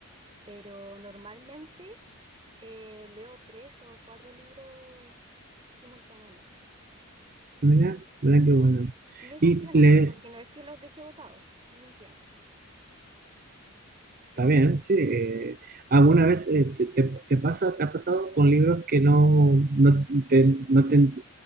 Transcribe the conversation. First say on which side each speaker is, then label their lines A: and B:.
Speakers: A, on the right (about 25°); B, on the right (about 40°).
A: Pero normalmente... eh, leo tres o cuatro libros simultáneamente.
B: Mirá, mirá qué bueno.
A: Y me funciona,
B: Y lees,
A: porque no es que los deje botados, me funciona.
B: está bien, sí. eh, ¿alguna vez eh, te, te- te pasa, te ha pasado con libros que no, no te, no te,